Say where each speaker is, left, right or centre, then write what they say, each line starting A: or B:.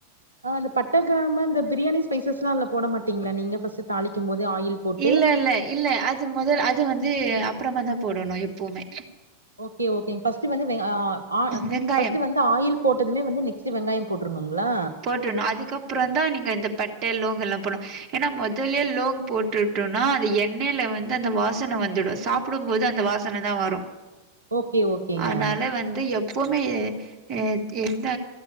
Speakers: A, on the right; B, on the right.
A: அ அந்த பட்ட க்ராமு அந்த பிரியாணி ஸ்பைசஸ்லா அதுல போட மாட்டீங்களா நீங்க ஃபஸ்ட்டு தாளிக்கும்போது ஆயில் போட்டு
B: இல்ல இல்ல இல்ல அத் து மொதல் அது வந்து அப்புறமாதா போடுணு எப்போமே
A: ஓகே ஓகேங் ஃபஸ்ட்டு வந்து வெங் அ அ
B: வெங்காயம்
A: ஃபஸ்ட்டு வந்து ஆயில் போட்டதுமே வந்து நெக் பஸ்ட்டு வெங்காயம் போட்ருனுங்களா
B: ட்னு அதுக்கப்பறந்தா நீங்க இந்த பட்ட லோங்லா போனு ஏனா மொதல்லே லோங் போட்டுட்டோனா அது எண்ணெயில வந்து அந்த வாசன வந்துடு சாப்புடும்போது அந்த வாசனதா வரு
A: ஓகே ஓகேங்க
B: ஆனால வந்து எப்போமே எ எ எந்த